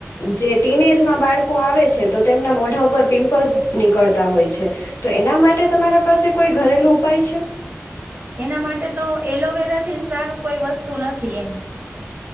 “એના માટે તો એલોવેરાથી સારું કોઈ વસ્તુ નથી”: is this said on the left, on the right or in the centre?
Right